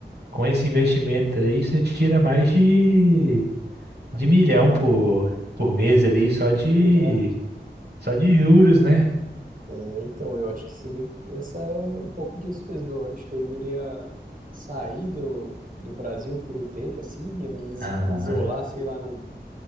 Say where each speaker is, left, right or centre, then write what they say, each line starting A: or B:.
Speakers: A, on the right; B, on the right.
A: com esse investimento aí você tira mais de, de milhão por, por mês ali, só de,
B: Verdade.
A: só de juros, né?
B: É, então, eu acho que seria essa um pouco disso mesmo. Eu acho que eu iria sair do, do Brasil por um tempo, assim, ia me is-
A: Aham.
B: isolar, sei lá, num,